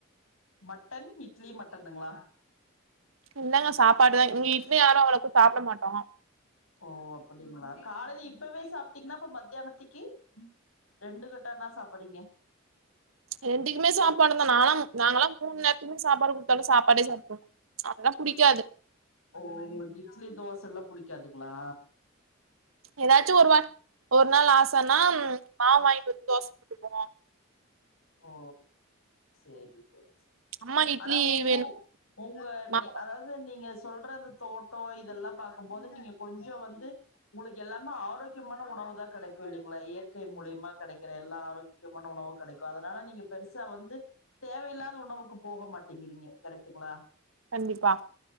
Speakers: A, on the left; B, on the right.
A: மட்டன் இட்லி மட்டனுங்களா
B: இல்லங்க சாப்பாடுதா இங்க இட்லி யாரு அவளளுக்கு சாப்பிட மாட்டோ
A: ஓ அப்டிங்களா காலையில இப்பவே சாப்பிட்டீங்கன்னா இப்ப மத்தியானத்திக்கி ரெண்டு கட்டானா சாப்புடுறீங்க
B: ரெண்டுக்குமே சாப்பாடுதா நாலா நாங்களா மூணு நேரத்துக்குமே சாப்பாடு குடுத்தாலு சாப்பாடே சாப்புடுவோ அதல்லா புடிக்காது
A: ஓ உங்களுக்கு இட்லி தோசல்லா புடிக்காதுங்களா
B: ஏதாச்சு ஒரு வா ஒரு நாள் ஆசன்னா மாவு வாங்கிட்டு வந்து தோசுட்டுக்குவோ
A: ஓ சேரி செரி
B: அம்மா இட்லி
A: ஆனா உங்கு
B: வேணு
A: உங்க
B: மாவு அரைப்பாங்க
A: அதாவது அத நீங்க சொல்றத தோட்டோ இதெல்லா பாக்கும்போது நீங்க கொஞ்சோ வந்து உங்களுக்கு எல்லாமே ஆரோக்கியமான உணவு தா கெடைக்கு இல்லைங்களா இயற்கை மூலியமா கெடைக்கற எல்லா ஆரோக் முக்கியமான உணவு கெடைக்கு அதனால நீங்க பெருசா வ வந்து தேவையில்லாத உணவுக்கு போக மாட்டீங்கிறீங்க கரெட்டுங்களா
B: கண்டிப்பா